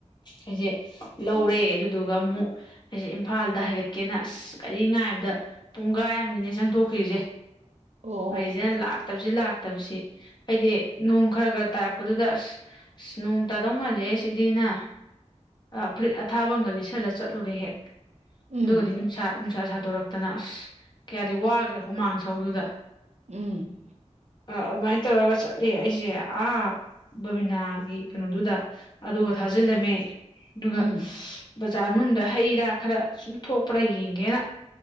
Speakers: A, on the left (about 40°); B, on the right (about 65°).
A: ꯑꯩꯁꯦ ꯂꯧꯔꯦ ꯑꯗꯨꯗꯨꯒ ꯑꯃꯨꯛ ꯑꯩꯁꯦ ꯏꯝꯐꯥꯜꯗ ꯍꯥꯏꯒꯠꯀꯦꯅ ꯑꯁ ꯀꯒꯥꯔꯤ ꯉꯥꯏꯕꯗ ꯄꯨꯡꯒꯥꯏ ꯑꯃꯅꯤꯅꯦ ꯆꯪꯊꯣꯛꯈꯤ꯭ꯔꯤꯁꯦ
B: ꯑꯣ
A: ꯒꯥꯔꯤꯖꯤꯅ ꯂꯥꯛꯇꯕꯖꯤ ꯂꯥꯛ ꯐꯠꯇꯕꯁꯤ ꯑꯩꯗꯤ ꯅꯣꯡ ꯈꯔ ꯈꯔ ꯇꯥꯔꯛꯄꯗꯨꯗ ꯑꯁ ꯑꯁ ꯅꯣꯡ ꯇꯥꯗꯧ ꯃꯥꯜꯂꯦ ꯁꯤꯗꯤꯅ ꯐꯨꯔꯤꯠ ꯑꯊꯥꯕ ꯑꯃꯒ ꯂꯤꯠꯁꯜꯂ ꯆꯠꯂꯨꯔꯦ ꯍꯦꯛ
B: ꯎꯝ
A: ꯑꯗꯨꯒꯗꯤ ꯅꯨꯡꯁꯥ ꯅꯨꯡꯁꯥ ꯁꯥꯗꯣꯔꯛꯇꯅ ꯑꯁ ꯀꯌꯥꯗꯤ ꯋꯥꯈꯔꯦ ꯍꯨꯃꯥꯡ ꯁꯧꯗꯨꯗ
B: ꯎꯝ
A: ꯑꯗꯨꯃꯥꯏꯅ ꯇꯧꯔꯒ ꯆꯠꯂꯦ ꯑꯩꯁꯦ ꯑꯥ ꯕꯕꯤꯅꯥꯒꯤ ꯀꯩꯅꯣꯗꯨꯗ ꯑꯗꯨꯒ ꯊꯥꯖꯤꯜꯂꯝꯃꯦ ꯑꯗꯨꯒ
B: ꯎꯝ
A: ꯖꯥꯔ ꯃꯅꯨꯡꯗ ꯍꯩ ꯔꯥ ꯈꯔ ꯁꯨꯝ ꯊꯣꯛꯄ꯭ꯔꯥ ꯌꯦꯡꯒꯦꯅ